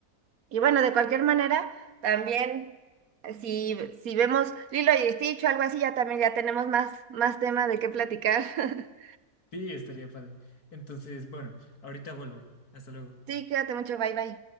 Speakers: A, on the right; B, on the left.
A: y bueno, de cualquier manera, también eh, si, si vemos Lilo y Stitch o algo así, ya también ya tenemos más, más tema de qué platicar. <laughs>
B: Sí, estaría padre. Entonces, bueno, ahorita vuelvo. Hasta luego.
A: Sí, cuídate mucho, bye bye.